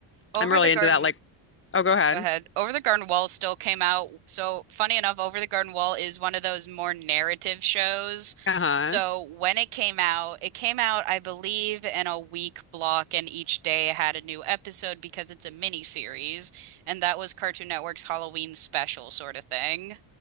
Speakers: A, on the right (about 90°); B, on the left (about 25°).
A: Over
B: I'm really
A: the Garden,
B: into that. Like, oh, go ahead.
A: go ahead. Over the Garden Wall still came out. So, funny enough, Over the Garden Wall is one of those more narrative shows.
B: Uh-huh.
A: So, when it came out, it came out, I believe, in a week block, and each day had a new episode because it's a mini series, and that was Cartoon Network's Halloween special sort of thing.